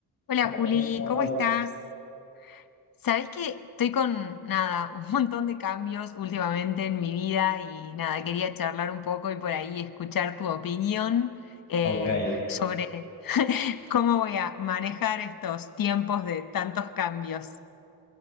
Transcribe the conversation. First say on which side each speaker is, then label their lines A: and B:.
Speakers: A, on the left; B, on the left.
A: Hola
B: Hola,
A: Juli,
B: Denis, ¿cómo andás?
A: ¿cómo estás? Sabés que estoy con nada, un montón de cambios últimamente en mi vida y nada, quería charlar un poco y por ahí escuchar tu opinión eh,
B: Ok,
A: sobre <laughs> cómo voy a manejar estos tiempos de tantos cambios.